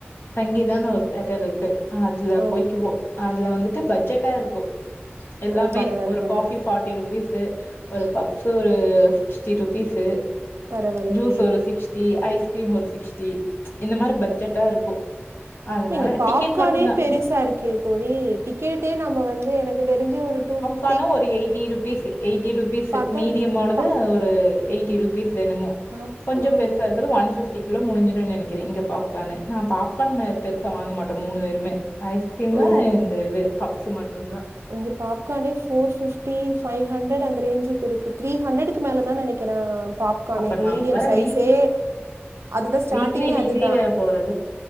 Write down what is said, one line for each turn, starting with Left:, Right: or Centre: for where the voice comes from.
Left: சங்கீதான்னு ஒரு தேட்டர் இருக்கு அதுல
Right: ஓ!
Left: போய்க்குவோ அதுல வந்துட்டு பட்ஜெட்டா இருக்கு எல்லாமே
Right: ஓ! பரவால்ல,
Left: ஒரு
Right: பரவால்ல.
Left: காஃபி பார்ட்டி ரூ பிஸ் ஒரு பப்ஸ்ஸு ஒரு சிக்ஸ்டி ரூபிஸு
Right: பரவால்லையே!
Left: ஜூஸ் ஒரு சிக்ஸ் டி ஐஸ்கிரீம் ஒரு சிக்ஸ்டி இந்த மாறி பட்ஜெட்டா இருக்கும் அதனால
Right: இங்கே பாப்கார்னே
Left: டிக்கெட் மட்டும் தான்.
Right: பெருசா இருக்கே தோழி டிக்கெட்டே நம்ம வந்து எனக்கு தெரிஞ்சு ஒரு டூ பிப்
Left: கானு ஒரு எயிட்டி ருபீஸ் எயிட்டி ருபீஸ்
Right: பாத்தா
Left: மீடியம் ஓட ந்து
Right: ப
Left: அது ஒரு எயிட்டி ருபீஸ் வேணுமோ
Right: ப
Left: கொஞ்சோ
Right: ம்.
Left: பெருசா இருக்குது ஒன் பிப்டி குள்ளே முடிஞ்சுடுனு நினைக்கிறே இங்க பாப்கார்னு நா பாப்கார்ன் பெருச வாங்க மாட்டோ மூணு பேருமே ஐஸ்கிரீமு
Right: ஓ
Left: இந்த இது பப்ஸ் மட்டு தா
Right: இங்கே பாப்கான்னே ஃபேர் ஃபிப்டி ஃபைவ்ஹண்ட்ரட் அந்த ரேஞ்சுக்கு இருக்கு த்ரீ ஹண்ட்ரடுக்கு மேல தா நெனைக்கிறே பாப்கானே
Left: அப்ப நாங்க
Right: மீடியம்
Left: வேற
Right: சைஸே
Left: வீக்லி
Right: அதுதா ஸ்டார்டிங்கே
Left: வீக்லி வீக்லி
Right: அதுதா
Left: வேற போறது.